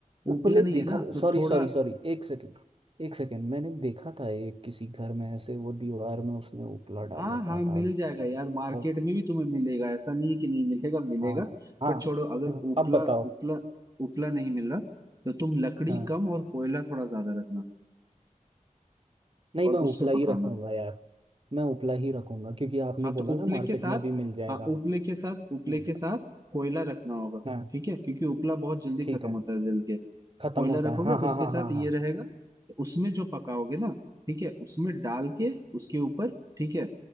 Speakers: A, on the right (about 40°); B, on the right (about 25°).
A: उपले
B: उपला नहीं
A: देखा
B: है ना तो
A: सॉरी
B: थोड़ा
A: सॉरी सॉरी एक सेकेंड एक सेकेंड मैंने देखा था एक किसी घर में ऐसे वो दीवार में उसने उपला डाल
B: हाँ
A: रखा
B: हाँ मिल
A: था
B: जाएगा
A: किसी
B: यार
A: का
B: मार्केट में भी तुम्हें मिलेगा ऐसा नहीं है कि नहीं मिलेगा मिलेगा
A: हाँ हाँ
B: पर छोड़ो अगर
A: हाँ,
B: उपला
A: अब बताओ
B: उपला उपला नहीं मिल रहा तो तुम लकड़ी
A: हाँ
B: कम और कोयला थोड़ा ज्यादा रखना
A: नहीं
B: और
A: मैं
B: उस
A: उपला
B: पे
A: ही
B: पकाना
A: रखूंगा यार मैं उपला ही रखूंगा क्योंकि आपने
B: हाँ तो
A: बोला
B: उपले
A: ना मार्केट
B: के साथ
A: में भी मिल जाएगा
B: हाँ उपले के साथ उपले
A: हम्म,
B: के साथ कोयला रखना होगा
A: हाँ
B: ठीक है क्योंकि उपला बहुत जल्दी
A: ठीक
B: खत्म
A: है
B: होता है जल के
A: खत्म
B: कोयला
A: होता
B: रखोगे
A: है हाँ हाँ
B: तो उसके
A: हाँ
B: साथ
A: हाँ
B: ये
A: हाँ
B: रहेगा तो उसमें जो पकाओगे ना ठीक है उसमें डाल के उसके ऊपर ठीक है